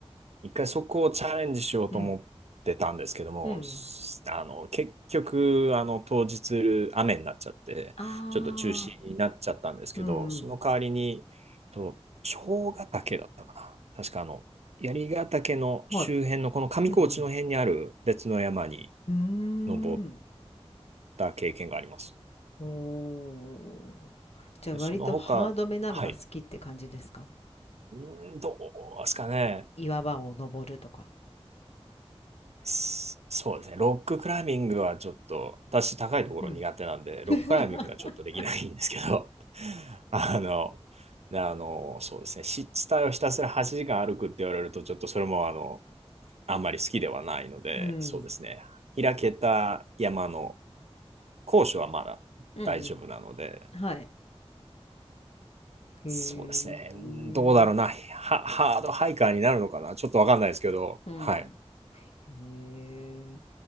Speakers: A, on the right; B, on the left.
A: い。一回そこをチャレンジしようと思ってたんですけども、
B: え。うん。うん。
A: すあの、結局、あの、当日、雨になっちゃって、
B: あ
A: ちょっと中止になっちゃったんですけど、
B: あ。うんうん。
A: その代わりに、と、蝶ヶ岳だったかな。確か、あの、槍ヶ岳の周辺の、
B: はい。
A: この上高地の辺にある別の山に
B: うんうん。うーん。
A: 登った経験があります。
B: おー。じゃあ割とハードめなのが好きって感じですか
A: でその他、はい。うーん、どうですかね。
B: 岩場を登るとか。
A: すそうですね。ロッククライミングはちょっと、私高いところ苦手なんで、
B: うん。<laughs>
A: ロッククライミングがちょっとできないんですけど、<laughs> あの、であの、そうですね。湿地帯をひたすら8時間歩くって言われると、ちょっとそれもあの、あんまり好きではないので、
B: うん。
A: そうですね。開けた山の高所はまだ大丈夫なので、
B: うんうん。はい。へ
A: そうですね。うんどうだろうな。
B: え。
A: ハ、ハードハイカーになるのかな。ちょっとわかんないですけど、
B: うん。
A: はい。
B: へ